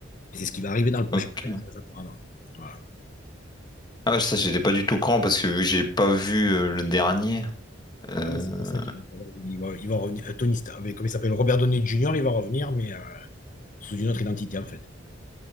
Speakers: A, on the left (about 40°); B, on the left (about 20°).
A: Et C'est ce qui va arriver dans le prochain
B: Ok.
A: Avengers, apparemment. Voilà.
B: Ah ouais, ça, j'étais pas du tout quand parce que vu que j'ai pas vu euh, le dernier. euh,
A: Ah ouais, c'est pour ça qu'il va, il va- il va revenir. euh, Tony Stark, avec- comment il s'appelle? Robert Downey Jr., il va revenir, mais euh, sous une autre identité, en fait.